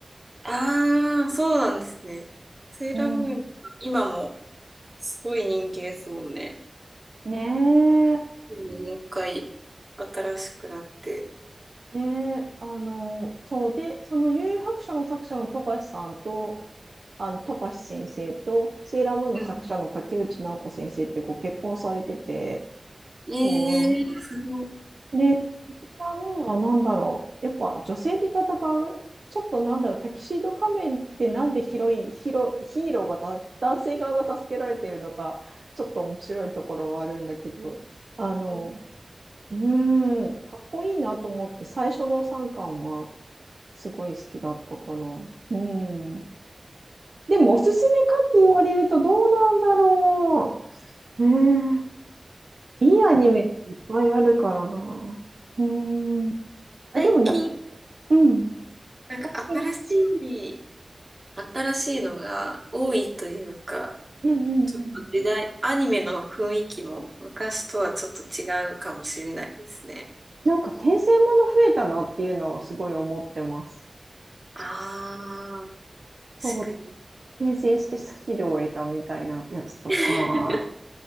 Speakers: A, on the right (about 35°); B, on the right (about 65°).
A: ああ、そうなんですね。セーラームーン、
B: うん。
A: 今もすごい人気ですもんね。
B: ねえ。
A: うんもう一回新しくなって。
B: ねえ、あの、そう。で、その幽遊白書の作者の富樫さんと、あの富樫先生とセーラームーンの作者の竹内直子先生ってご結婚されてて、
A: うん。ええーすごい。
B: そうで、テキシーラムーンは何だろう。やっぱ女性で戦う、ちょっとなんだろう、タキシード仮面ってなんでヒロイン、ヒロ、ヒーローがた男性側が助けられてるのか、ちょっと面白いところはあるんだけど、あの、
A: うん
B: うーん、かっこいいなと思って、最初の3巻はすごい好きだったかな。うん。でも、おすすめかって言われるとどうなんだろう。ねえいいアニメいっぱいあるからな。うーん。あ、
A: 最近、
B: でもな、うん。
A: うんなんか新しい、
B: 最近、
A: 新しいのが多いというか、
B: うんうんうん。
A: ちょっと時代、アニメの雰囲気も昔とはちょっと違うかもしれないですね。
B: なんか転生もの増えたなっていうのはすごい思ってます。
A: ああ、
B: そう、
A: 確かに。
B: 転生してスキルを得たみたいなやつとか、
A: 確